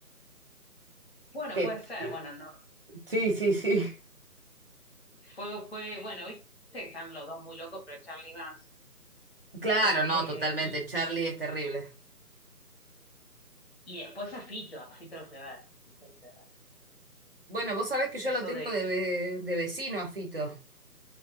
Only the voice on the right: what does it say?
que...
que-
Sí, sí, sí.
Claro,
no, totalmente.
Charlie es terrible.
Bueno, vos sabés que yo
lo tengo
de, ve- de vecino a Fito.